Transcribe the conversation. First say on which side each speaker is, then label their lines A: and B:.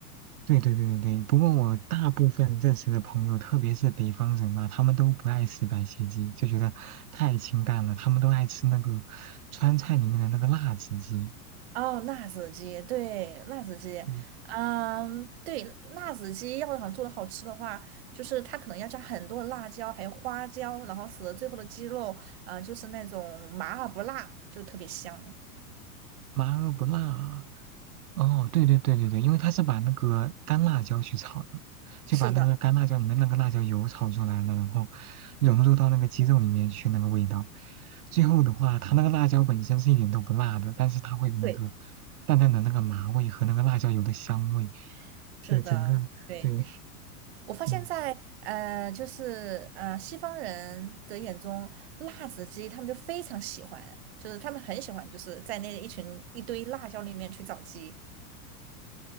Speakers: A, on the right; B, on the right.
A: 对对对对对，不过我大部分认识的朋友，特别是北方人啊，他们都不爱吃白切鸡，就觉得太清淡了。他们都爱吃那个川菜里面的那个辣子鸡，
B: 哦，辣子鸡，对，辣子鸡，
A: 嗯
B: 嗯，对，辣子鸡要想做的好吃的话，就是它可能要加很多的辣椒，还有花椒，然后使得最后的鸡肉，嗯、就是那种麻而不辣，就特别香。
A: 麻而不辣啊。哦，对对对对对，因为它是把那个干辣椒去炒的嘛，就把那个干辣椒里面那个辣椒油炒出来了，
B: 是的，
A: 然后融入到那个鸡肉里面去那个味道。最后的话，它那个辣椒本身是一点都不辣的，但是它会有那个
B: 对，
A: 淡淡的那个麻味和那个辣椒油的香味，
B: 是的，
A: 就整个对，
B: 对，
A: <laughs>
B: 我发现在，
A: 嗯。
B: 呃，就是呃，西方人的眼中，辣子鸡他们就非常喜欢，就是他们很喜欢，就是在那一群一堆辣椒里面去找鸡。